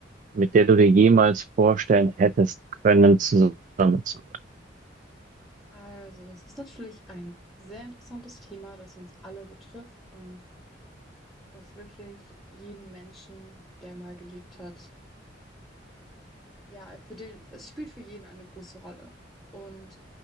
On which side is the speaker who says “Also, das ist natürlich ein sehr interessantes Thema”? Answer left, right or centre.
Centre